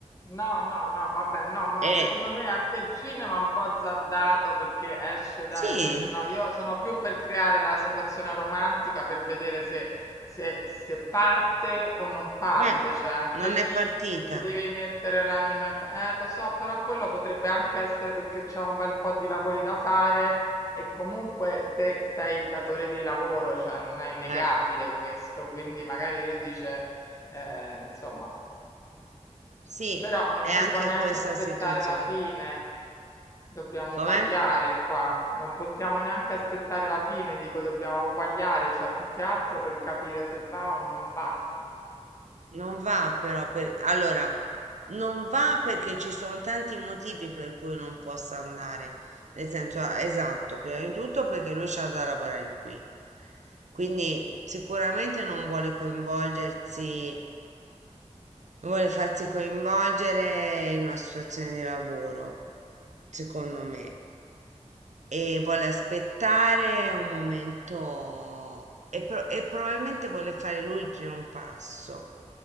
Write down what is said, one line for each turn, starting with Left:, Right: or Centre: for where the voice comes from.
Left: No, no, no, vabbè, no, ma
Right: Eh,
Left: secondo me anche il cinema è un po' azzardato perché esce da...
Right: sì,
Left: Invece no, io sono più per creare la situazione romantica per vedere se, se, se parte o non parte,
Right: eh,
Left: cioè anche
Right: non
Left: lì
Right: è partita.
Left: ti devi mettere l'anima in... pa- Eh, lo so, però quello potrebbe anche essere perché c'è un bel po' di lavori da fare e comunque te sei il datore di lavoro, cioè non è innegabile
Right: Eh,
Left: questo, quindi magari lui dice... Eh, insomma,
Right: sì,
Left: però non
Right: è anche
Left: si può neanche
Right: questa
Left: aspettare
Right: situazione.
Left: la fine. Dobbiamo
Right: Com'è?
Left: quagliare qua. Non possiamo neanche aspettare la fine, dico dobbiamo quagliare, cioè più che altro per capire se va o non va.
Right: Non va però per... Allora, non va perché ci sono tanti motivi per cui non possa andare. Nel senso, ah, esatto, prima di tutto perché lui c'ha da lavorare qui. Quindi sicuramente non vuole coinvolgersi, non vuole farsi coinvolgere in una situazione di lavoro, secondo me, e vuole aspettare un momento e, pro- e probabilmente vuole fare lui il primo passo.